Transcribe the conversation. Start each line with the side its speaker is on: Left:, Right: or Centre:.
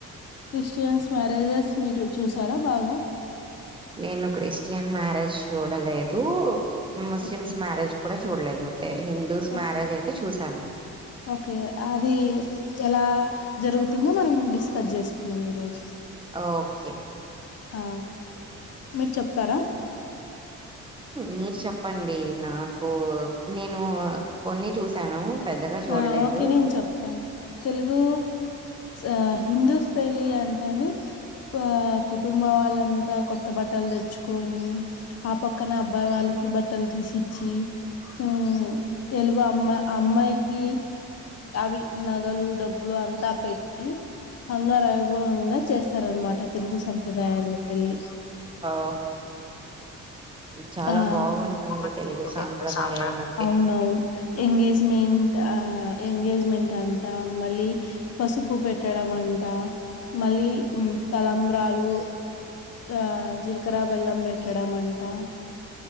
Left: Christians marriages మీరు చూసారా బాగ <inaudible>
Right: నేను క్రిస్టియన్ మ్యారేజ్ చూడలేదు ముస్లిమ్స్
Left: ఓకే
Right: మ్యారేజ్ కూడా చూడలేదు తే హిందూస్
Left: ఓకే
Right: మ్యారేజ్ అయితే చూశాను
Left: ఓకే అది ఎలా జరుగు తుందో మనం డిస్కస్ జేసు కుందం ఈ రోజు
Right: ఓకే
Left: ఆ మీరు చెప్తారా
Right: మీరు చెప్పండి నాకు నేను కొన్ని చూసాను పెద్దగా చూడలేదు
Left: ఆ ఓకే నేను చెప్తాను తెలుగు ఆ హిందూస్ పెళ్ళి అంటాని పా కుటుంబ వాళ్ళంతా కొత్త బట్టలు తెచ్చుకొని ఆ పక్కన అబ్బాయి వాళ్ళక్ బట్టలు తీసిచ్చి ఉమ్ తెలుగు అమ్మా అమ్మాయికి అవి నగలు డబ్బులు అంతా పెట్టి హంగరైభవంగా చేస్తారు అన్నమాట తెలుగు సంప్రదాయాల్లో పెళ్ళి
Right: ఓ.. చాలా
Left: ఆ
Right: బావుంటుంది
Left: బాగుంటుంది
Right: తెలుగు సాంప్రదాయం
Left: సాంప్ర
Right: అంటే
Left: అవునవును ఎంగేజ్మెంట్ ఆ ఎంగేజ్మెంట్ అంతా మళ్ళీ పసుపు పెట్ట రమఅంట మళ్ళీ తలంబ్రాలు ఆ జీలకర బెల్లం పెట్టడం అంటా